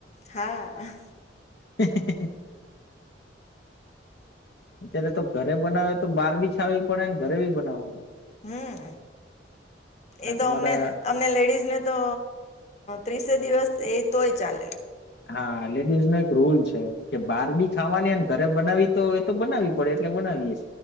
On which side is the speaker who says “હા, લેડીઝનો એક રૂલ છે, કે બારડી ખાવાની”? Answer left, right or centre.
Left